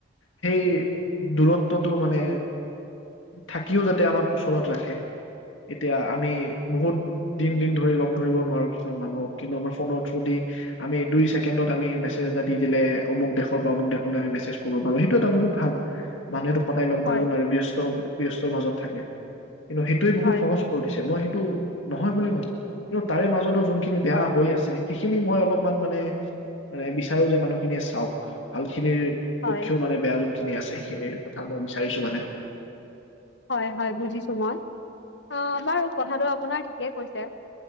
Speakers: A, on the left; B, on the left.
A: সেই দূৰত্বটো মানে থাকিও যাতে আমাক ওচৰত ৰাখে এতিয়া আমি বহুত দিন দিন ধৰি লগ ধৰিব নোৱাৰো কিছুমান মানুহক কিন্তু আমাৰ ফোনৰ থ্ৰুৰেদি আমি দুই ছেকেণ্ডত আমি মেছেজ এটা দি দিলে অমুক দেশৰ পৰা অমুক দেশলৈ আমি মেছেজ কৰিব পাৰো সেইটো এটা বহুত ভাল মানে এইটো। ককাই লগ ধৰিব
B: হয়
A: নোৱাৰে ব্যস্ত ব্যস্তৰ মাজত থাকে। কিন্তু সেইটোৱে বহুত
B: হয়
A: সহজ কৰি দিছে মই সেইটো নহয় বুলি নকওঁ কিন্তু তাৰে মাজত যোনখিনি বেয়া
B: হয়
A: হৈ আছে সেই খিনি মই অলপমান মানে-মানে বিচাৰো যে মানুহখিনিয়ে চাওক ভাল খিনিৰ
B: হয়
A: পক্ষ মানে বেয়া যোনখিনি আছে। কি এই কথাবোৰ বিচাৰিছো মানে,
B: হয়-হয় বুজিছো মই অ বাৰু কথাটো আপোনাৰ ঠিকে কৈছে